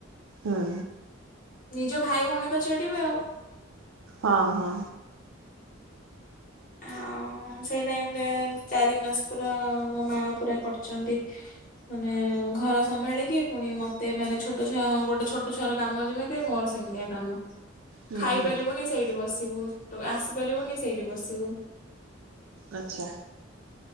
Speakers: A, on the right; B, on the left.
A: ହୁଁ।
B: ନିଜ ଭାଇ ଭଉଣୀ ତ ଚିଡିବେ ଆଉ।
A: ହଁ ହଁ।
B: ଆଉଁ ସେଇ ଟାଇମ୍ ରେ ଚାରି ମାସ ପୁରା ମୋ ମା ପୁରା କଡିଚନ୍ତି। ମାନେ ଘର ସମ୍ଭାଳିକି ପୁଣି ମତେ ମାନେ ଛୋଟ ଛୁଆ ଗୋଟେ ଛୋଟ ଛୁଆର କାମ ଯେମିତି ମୋର ସେ ମିତିଆ କାମ।
A: ହୁଁ
B: ଖାଇପାରିବୁନି
A: ହୁଁ
B: ସେଇଠି ବସିବୁ ତୁ ଆସିପାରିବୁନି ସେଇଠି ବସିବୁ।
A: ଆଚ୍ଛା।